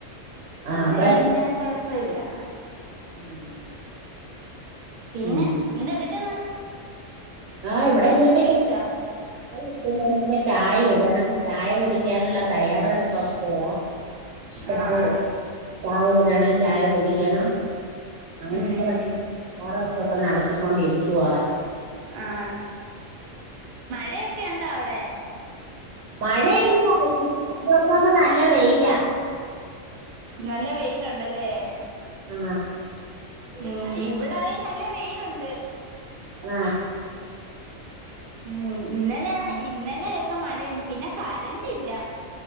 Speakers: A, on the right; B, on the right.
A: ആഹ്
B: അന്നേരം
A: അപ്പ
B: പിന്നെ കൊഴപ്പല്ല
A: ഉം
B: പിന്നെ
A: ഉം
B: എന്ത്‌ എടുക്ക്ന്ന്
A: ആഹ് ഇവിടെക്കെ ഇപ്പ
B: ഇട്ടോ
A: ചായ ചായ ഇട്ടില്ല ചായ ഇടണം ചായ കുടിക്കാനുള്ള തയ്യാറെടുപ്പക്കെയ ചായെ
B: ആഹ്
A: ചായ <unintelligible> ചായ കുടിക്കണം അങ്ങ <unintelligible>
B: ഉം
A: ഇ നടത്തിക്കൊണ്ടിരിക്കവാ.
B: ആ മഴയൊക്കെ ഉണ്ടോ അവിടെ
A: മഴ ഇല്ല ഇന്ന രണ്ടു ദിവസം കൊണ്ട് നല്ല വെയില
B: നല്ല വെയിലുണ്ടല്ലേ
A: ആ
B: ഉം ഇവിടായി നല്ല വെയിലുണ്ട്
A: ആ
B: മ് ഇന്നലെ ഇന്നലെ ഒക്കെ മഴയാണ് പിന്നെ കരണ്ട്ല്ല